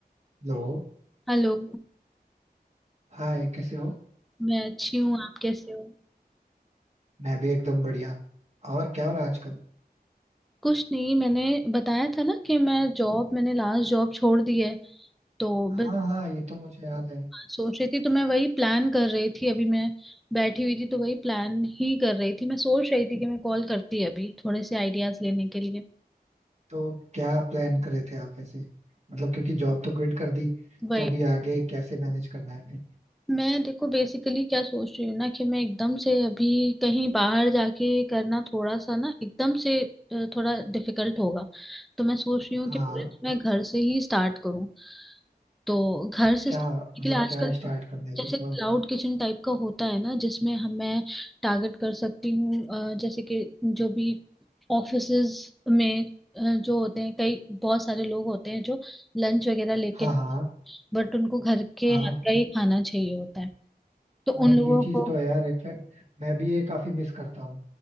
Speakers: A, on the right; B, in the centre.
A: हेलो
B: Hello
A: हाय कैसे हो
B: मैं अच्छी हूँ आप कैसे हो
A: मैं भी एकदम बढ़िया और क्या हो रहा है आजकल
B: कुछ नहीं मैंने बताया था ना कि मैं जॉब मैंने लास्ट जॉब छोड़ दी है तो
A: हाँ
B: बस
A: हाँ ये तो मुझे याद है
B: सोच रही थी तो मैं वही प्लान कर रही थी अभी मैं बैठी हुई थी तो वही प्लान ही कर रही थी मैं सोच रही थी कि मैं कॉल करती अभी थोड़े से आइडियाज लेने के लिए
A: तो क्या प्लान कर रहे थे आप ऐसे मतलब क्योंकि जॉब तो क्विट कर दी
B: वही
A: तो अभी आगे कैसे मैनेज करना है फिर
B: मैं देखो बेसिकली क्या सोच रही हूँ ना कि मैं एकदम से अभी कहीं बाहर जाके करना थोड़ा सा ना एकदम से अ, थोड़ा डिफिकल्ट होगा तो मैं सोच रही हूँ
A: हाँ
B: कि मैं घर से ही स्टार्ट करूँ तो घर से
A: क्या
B: start करने
A: मतलब
B: के लिए आजकल
A: क्या
B: तो
A: स्टार्ट करना है
B: जैसे
A: तो बताओ
B: क्लाउड किचन टाइप का होता है ना जिसमें हम मैं टारगेट कर सकती हूँ अ, जैसे कि जो भी ऑफिसेज में अ, जो होते हैं कई बहुत सारे लोग होते हैं जो लंच वगैरह लेके
A: हाँ हाँ
B: बट उनको घर के
A: हाँ
B: हाथ का ही खाना चाहिए होता है तो
A: हाँ
B: उन
A: ये
B: लोगों
A: चीज
B: को
A: तो है यार इनफैक्ट मैं भी ये काफी मिस करता हूँ